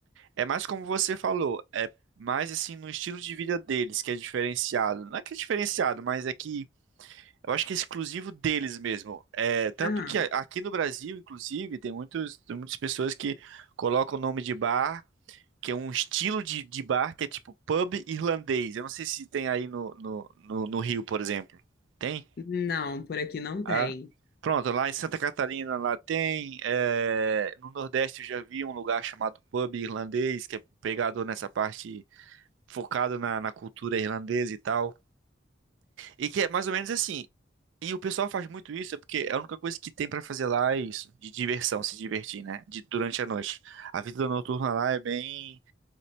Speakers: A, on the right (about 80°); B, on the left (about 50°).
A: É mais como você falou, é mais assim no estilo de vida deles que é diferenciado. Não é que é diferenciado, mas é que eu acho que é exclusivo deles mesmo. É, tanto
B: Aham.
A: que a- aqui no Brasil, inclusive, tem muitos, tem muitas pessoas que colocam o nome de bar que é um estilo de, de bar que é tipo pub irlandês. Eu não sei se tem aí no, no, no, no Rio, por exemplo. Tem?
B: Não, por aqui não
A: Ah.
B: tem.
A: Pronto, lá em Santa Catarina lá tem. é, no Nordeste eu já vi um lugar chamado pub irlandês, que é pegado nessa parte focado na, na cultura irlandesa e tal. E que é mais ou menos assim. E o pessoal faz muito isso, é porque é a única coisa que tem pra fazer lá é isso, de diversão, se divertir, né? De, durante a noite. A vida noturna lá é bem